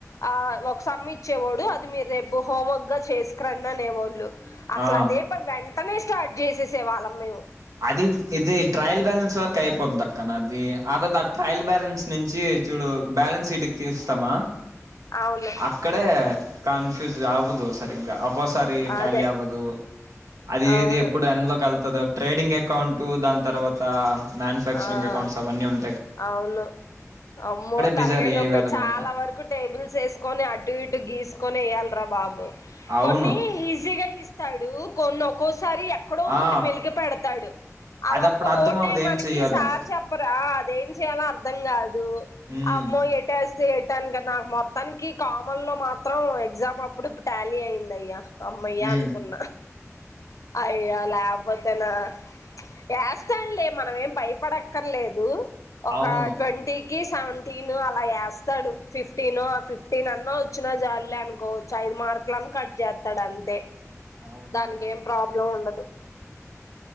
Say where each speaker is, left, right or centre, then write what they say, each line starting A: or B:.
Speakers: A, on the left; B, on the right.
A: ఆ ఒక సమ్ ఇచ్చేవోడు అది మీరు రేపు హోమ్ స్లోగా చేసుకురడి అనేవాళ్ళు అసలు
B: ఆ
A: అదే అయితే వెంటనే స్టార్ట్ చేసేసే వాళ్ళం మేము
B: అది ఇది ట్రయల్ బ్యాలెన్స్ వరకు అయిపోతుంది అక్క నది అది ఒక్ ట్రయల్ బ్యాలెన్స్ నుంచి చూడు బ్యాలెన్స్ సీట్కి తీస్తామా
A: అవును
B: అక్కడే కన్ఫ్యూజ్ ఆవుదు సరిగ్గా ఒకోసారి టాలీ
A: అదే
B: అవ్వదు అది
A: అవును
B: ఏది ఎప్పుడు ఎన్లోక్ ఎళ్తదో ట్రేడింగ్ అకౌంటు దాని తర్వాత మ్యానుఫ్యాక్చరింగ్
A: ఆ
B: అకౌంట్స్ అవన్నీ ఉం
A: అవును అమ్మో తలకాయి
B: బిజారు
A: నొప్పి
B: ఏ వేళగలితే
A: చాలా వరకు టేబుల్స్ ఏస్కొని అటు ఇటు గీసుకొని ఏయాల్ ట్రా బాబు
B: అవును
A: కొన్ని ఈజీగా ఇస్తాడు కొన్ని తరి ఎక్కడో ఒకటి
B: ఆ
A: మెలిక పెడతాడు ఆ
B: అది
A: ఒక్క
B: అప్పుడు అర్థం
A: ఓడే
B: అవ్వదు
A: మనక్
B: ఏం చెయ్యాలో
A: కి సార్ చెప్పరా అదేం చేయలో అర్థం కాదు
B: ఉమ్
A: అమ్మో ఎటేస్ తేటాన్కా నాక్ మొత్తానికి కామన్ లో మాత్రం ఎగ్జామ్ అప్పుడు టాలీ అయిందయ్యా అమ్మయ్య
B: ఉమ్
A: అనుకున్నా అయ్యా లేపోతేనా యాస్తాన్లే మనం ఏం భయపడక్కర్లేదు ఒక
B: అవును
A: ట్వంటీ కి సెవెంటీన్ అలా యేస్తాడు ఫిఫ్టీన్ ఓ ఫిఫ్టీన్ అన్నా వచ్చిన చాల్లే అనుకోవచ్చు మార్కుల్ న్ కట్ జేత్తాడు అంతే.
B: అవును
A: దాన్కేం ప్రాబ్లం ఉండదు